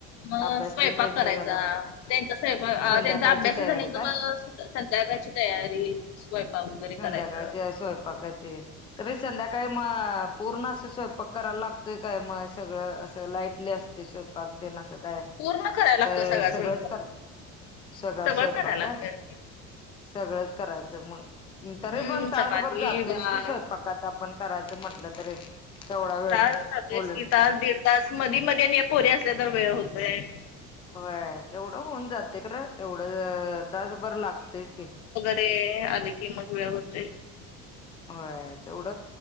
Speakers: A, on the left; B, on the left.
A: मग
B: अभ्यास
A: स्वयंपाक
B: तेन त्यांचा
A: करायचा
B: झाला
A: त्यांचा स्वयंपाक
B: संध्याकाळची
A: त्यांचा अभ्यास
B: तयारी
A: झाल्यानंतर
B: काय
A: मग संध्याकाळयची तयारी स्वयंपाक वगैरे
B: संध्याकाळची
A: करायच
B: स्वयंपाकाची तरी संध्याकाळी म पुर्ण अस प करायला लागतोय काय मग सगळ अस लाईटली असते स्वयंपाक ते नास काय
A: पूर्ण करायला लागतं
B: तर
A: सगळा
B: सगळच
A: स्वयंपाक
B: करत सगळा
A: सगळंच
B: स्वयंपाक
A: करायला
B: का
A: लागतं
B: सगळच करायच मग तरी
A: हम्म
B: पण तासभर
A: चपाती
B: जातोय
A: भात
B: च की स्व पकात आपण करायच म्हटल तरी तेवढा वेळ
A: तास जातस
B: उलट
A: की तास दीड तास मधी मध्ये आणि पोरीे असल्या तर वेळ होतोय-
B: होय तेवढ होऊन जाते कारण तेवढ तासभर लागतेच की
A: ते आले की मग वेळ होते
B: होय तेवढ